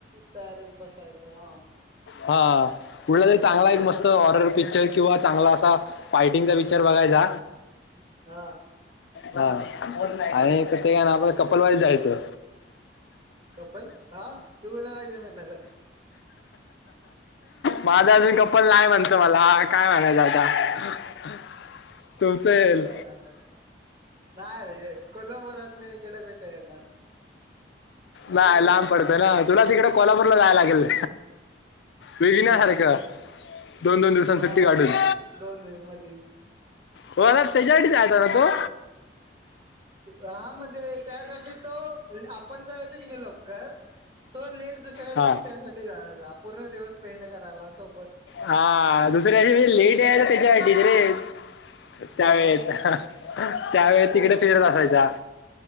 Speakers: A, on the right; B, on the left.
A: डायरेक्ट बसायचं हा
B: हा कुठला तर चांगला
A: चालतंय
B: एक मस्तं
A: तसं
B: हॉरर पिक्चर किंवा चांगला असा, फायटिंगचा पिक्चर बघायचा
A: हा
B: हा, आणि ते का ना आपण हाय कपलवाणी जायचं.
A: कपल हा तू बणारला घेऊन येणारस
B: माझा अजून कप्पल नाही म्हणत मला काय म्हणायचं आता तुमचं
A: हो कडद राहल नाही रे कोल्हापुरात नाही कटकेठ येणार आमचं
B: नाय
A: लय
B: लांब पडतो
A: आहे
B: ना तुला तिकडे कोल्हापूरला जाय लागेल वेगी नाही
A: म
B: सारे का दोन दोन दिवसां
A: हो
B: सुट्टी काढून
A: दोन दिवस मधी
B: होर त्याच्यासाठीच आहेता ना तो
A: हा म्हणजे त्यासाठी तो आपण ज क लवकर तो लेट दुसऱ्या
B: हा
A: दिवशी त्यासाठी जा पूर्ण दिवस पेंड करायला सोबत
B: हा दुसऱ्या दिवशी म्हणजे लेट यायचा त्याच्यासाठी रे त्यावेळेत
A: हा
B: त्यावेळे
A: हो
B: तिकडे फिरत असायच्या